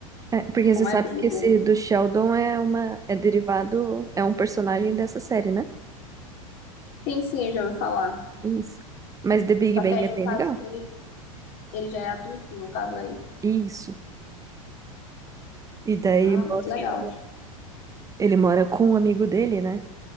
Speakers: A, on the right (about 20°); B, on the left (about 55°).
A: É, porque
B: Como
A: você sabe
B: é Big
A: que esse
B: Bang?
A: do Sheldon é uma, é derivado, é um personagem dessa série, né?
B: Sim, sim, eu já ouvi falar.
A: Isso. Mas The Big
B: Só
A: Bang
B: que aí,
A: é bem
B: no caso,
A: legal.
B: ele, ele já é adulto, no caso aí.
A: Isso. E daí
B: Ah,
A: mostra-
B: muito legal.
A: ele mora com um amigo dele, né?